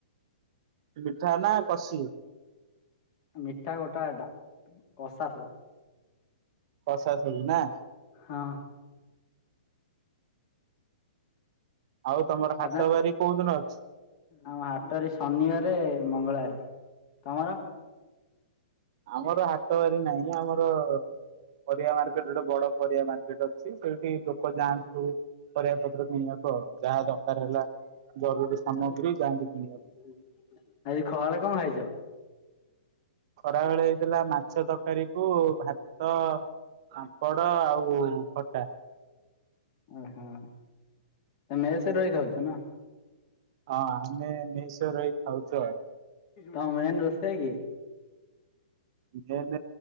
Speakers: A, on the right (about 40°); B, on the left (about 35°).
A: ମିଠା ନା କଷି?
B: ମିଠା ଗୋଟା ଗୋଟା କଷା ସବୁ।
A: କସା ସବୁ ନା
B: ହଁ।
A: ଆଉ ତମର ହାଟ
B: ତ
A: ବାରି କୋଉଦିନ ଅଛି?
B: ଆଉ ହାଟରେ ଶନିବାରେ ମଙ୍ଗଳବାରେ। ତମର?
A: ଆମର ହାଟ ବାରି ନାହିଁ। ଆମର ପରିବା ମାର୍କେଟ ଗୋଟେ ବଡ ପରିବା ମାର୍କେଟ ଅଛି। ସେଇଠି ଲୋକ ଯାଆନ୍ତି ସବୁ। ପରିବା ପତ୍ର କିଣିବାକୁ, ଆଉ ଯାହା ଦରକାର ହେଲା ଜରୁରୀ ସାମଗ୍ରୀ
B: ଆଜି ଖରା
A: ଯାଆନ୍ତି କିଣିବାକୁ।
B: ବେଳେ କଣ ଖାଇଛ?
A: ଖରା ଭେଳେ ହେଇଥିଲା ମାଛ ତରକାରୀ କୁ ଭାତ ପାମ୍ପଡ଼ ଆଉ ଖଟା।
B: ଓହୋ। ତମେ ମେସ୍ ରହିକି ଖାଉଛ ନା?
A: ହଁ ଆମେ ମେସ୍ ରେ ରହି ଖାଉଛୁ ଆଉ।
B: ତ ମେନ୍ ରୋଷେଇ କି
A: ମେନ୍